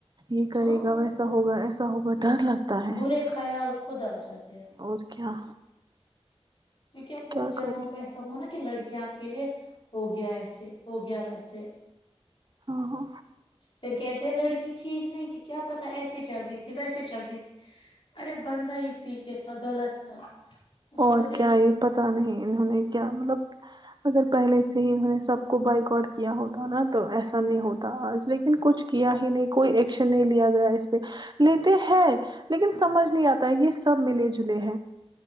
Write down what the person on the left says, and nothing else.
ہاں اور
کیا
برے خیال خود آ جاتے ہیں
کیونکہ اب بہت
جگہوں
پہ ایسا ہوا نا کہ لڑکیاں کے لیے ہو گیا ایسے ہو گیا ویسے
پھر کیا لڑکی ٹھیک نہیں تھی کیا پتا ایسے چل رہی تھی ویسے چل رہی تھی ارے بندہ ہی پی کے تھا غلط تھا اس
کو دیکھو